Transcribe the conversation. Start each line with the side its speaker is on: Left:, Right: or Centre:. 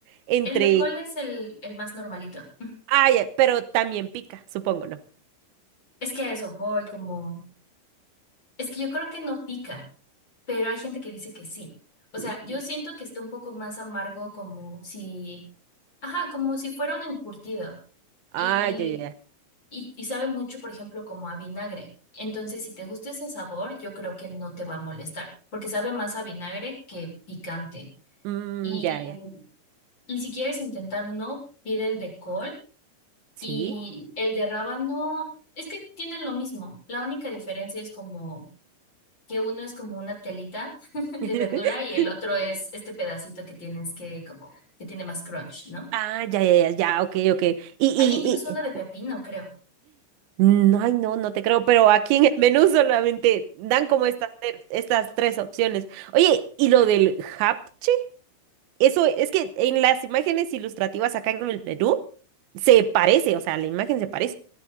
Right: entre...
Left: El de col es el, el más normalito.
Right: Ay, pero también pica, supongo, ¿no?
Left: Es que a eso voy, como... Es que yo creo que no pica. pero hay gente que dice que sí. O sea,
Right: Mm.
Left: yo siento que está un poco más amargo como si, ajá, como si fuera un encurtido
Right: Ah,
Left: y,
Right: ya, ya, ya.
Left: y, y sabe mucho, por ejemplo, como a vinagre. Entonces, si te gusta ese sabor, yo creo que no te va a molestar, porque sabe más a vinagre que picante.
Right: Mm,
Left: Y,
Right: ya, ya.
Left: y si quieres intentar uno, pide el de col
Right: Sí.
Left: y el de rábano, es que tienen lo mismo. La única diferencia es como que uno es como una telita <laughs> de
Right: <laughs>
Left: verdura y el otro es este pedacito que tienes que como que tiene más crunch, ¿no?
Right: Ah, ya, ya, ya, ya, ok, ok. Y, y,
Left: Hay incluso una de pepino,
Right: y...
Left: creo.
Right: No, ay, no, no te creo, pero aquí
Left: Ujú.
Right: en el menú solamente dan como estas, ter- estas tres opciones. Oye, ¿y lo del japchac? Eso es que en las imágenes ilustrativas acá en el Perú se parece, o sea, la imagen se parece